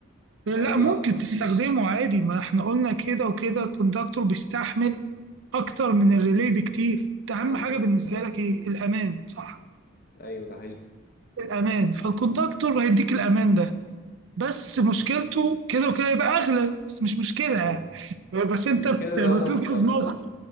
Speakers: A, on the left; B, on the right.
A: هيقض
B: لا ممكن تستخدمه عادي ما احنا قلنا كده وكده الكوندكتور بيستحمل
A: مم.
B: اكتر من الريلي بكتير انت اهم
A: اصلا
B: حاجة بالنسبة لك ايه؟
A: مم.
B: الامان صح؟
A: ايوه ده حقيقي
B: الامان فالكوندكتور هيديك الامان ده بس مشكلته كده وكده يبقى اغلى بس مش مشكلة
A: اه
B: يعني بس
A: مش
B: انت
A: مشكلة
B: بت- بتنقذ
A: لو انا مضطر
B: موقف
A: اه